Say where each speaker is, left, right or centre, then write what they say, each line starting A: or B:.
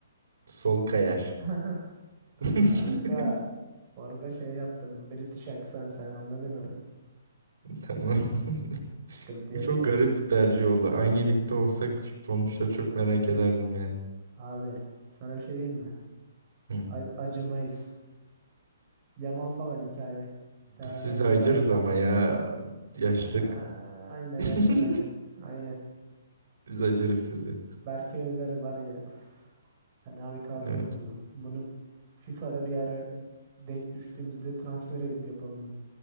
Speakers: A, on the right; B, on the right.
A: Sol Kayer.
B: <laughs>
A: <laughs>
B: Kanka orada şey yaptım British aksan sen anladın orayı.
A: Tamam. <laughs>
B: Sıkıntı yok
A: Çok
B: yani.
A: garip bir tercih oldu. Aynı ligde olsak sonuçları çok merak ederdim yani.
B: Abi sana bir şey diyeyim mi?
A: Hı.
B: A- acımayız. Yamal falan hikaye. Teo
A: Biz
B: Hernandez
A: siz acırız
B: adım attır.
A: ama ya yaşlık.
B: Aa, Aynen
A: <laughs>
B: aynen aynen. Aynen.
A: Biz acırız sizi.
B: Berke Özer var ya. Üf, fena bir kadro
A: Evet.
B: kurdum. Bunu FIFA'da bir ara denk düştüğümüzde transfer edip yapalım bunu.